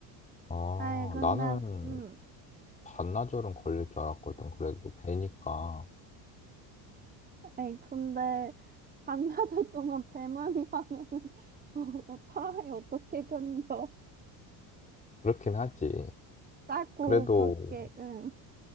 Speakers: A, on the left (about 15°); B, on the right (about 20°).
A: 아,
B: 아이, 근데,
A: 나는
B: 음,
A: 반나절은 걸릴 줄 알았거든. 그래도 배니까.
B: 아이, 근데, 반나절 <laughs> 동안 배멀미 하면은, <laughs> 어, 사람이 어떻게 견뎌?
A: 그렇긴 하지.
B: 짧고
A: 그래도,
B: 굵게, 응.